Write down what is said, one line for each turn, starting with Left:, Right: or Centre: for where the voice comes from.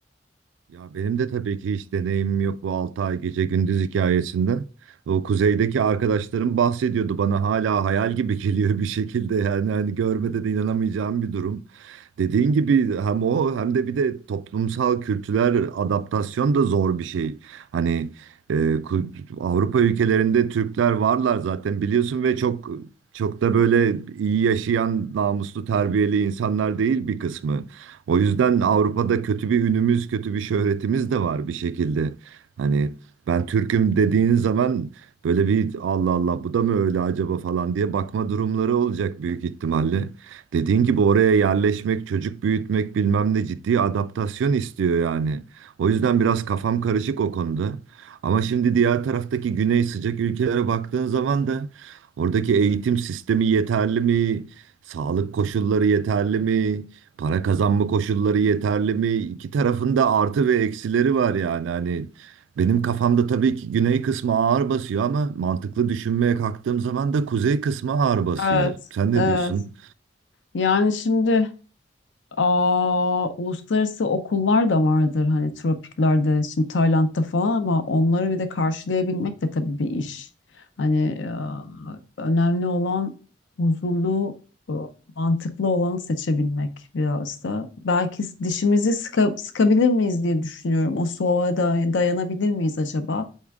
Right: Ya benim de tabii ki hiç deneyimim yok bu 6 ay gece gündüz hikayesinde. O kuzeydeki arkadaşlarım bahsediyordu bana hala hayal gibi <laughs> geliyor bir şekilde yani hani görmede de inanamayacağım bir durum. Dediğin gibi hem o hem de bir de toplumsal kültürel adaptasyon da zor bir şey. Hani e, kü- Avrupa ülkelerinde Türkler varlar zaten biliyorsun ve çok çok da böyle iyi yaşayan, namuslu, terbiyeli insanlar değil bir kısmı. O yüzden Avrupa'da kötü bir ünümüz, kötü bir şöhretimiz de var bir şekilde. Hani ben Türk'üm dediğin zaman böyle bir Allah Allah bu da mı öyle acaba falan diye bakma durumları olacak büyük ihtimalle. Dediğin gibi oraya yerleşmek, çocuk büyütmek bilmem ne ciddi adaptasyon istiyor yani. O yüzden biraz kafam karışık o konuda. Ama şimdi diğer taraftaki güney sıcak ülkelere baktığın zaman da oradaki eğitim sistemi yeterli mi? Sağlık koşulları yeterli mi? Para kazanma koşulları yeterli mi? İki tarafında artı ve eksileri var yani. Hani benim kafamda tabii ki güney kısmı ağır basıyor ama mantıklı düşünmeye kalktığım zaman da kuzey kısmı ağır basıyor.
Left: Evet,
Right: Sen ne
Left: evet.
Right: diyorsun?
Left: Yani şimdi aa, uluslararası okullar da vardır hani tropiklerde, şimdi Tayland'da falan ama onları bir de karşılayabilmek de tabii bir iş. Hani aa, önemli olan huzurlu Mantıklı olanı seçebilmek biraz da. Belki dişimizi sıka- sıkabilir miyiz diye düşünüyorum. O soğuğa day- dayanabilir miyiz acaba?